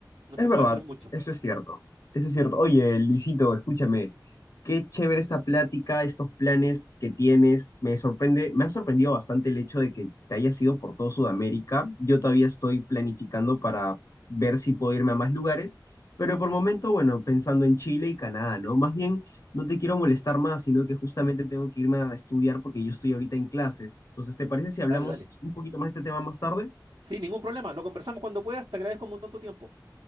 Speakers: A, on the right; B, on the left.
A: no
B: Es
A: se
B: verdad,
A: puede hacer mucho.
B: eso es cierto. Eso es cierto. Oye, Luisito, escúchame. Qué chévere esta plática, estos planes que tienes. Me sorprende, me ha sorprendido bastante el hecho de que te hayas ido por todo Sudamérica. Yo todavía estoy planificando para ver si puedo irme a más lugares, pero por momento, bueno, pensando en Chile y Canadá, ¿no? Más bien, no te quiero molestar más, sino que justamente tengo que irme a estudiar porque yo estoy ahorita en clases. Entonces, ¿te parece si hablamos
A: Dale, dale.
B: un poquito más de este tema más tarde?
A: Sí, ningún problema. Lo conversamos cuando puedas. Te agradezco un montón tu tiempo.